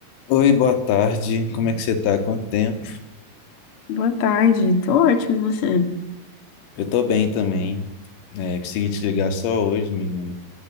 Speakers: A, on the left; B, on the left.
A: Oi, boa tarde. Como é que você tá? Quanto tempo?
B: Boa tarde, tô ótimo, e você?
A: Eu tô bem também. É, consegui te ligar só hoje, menino.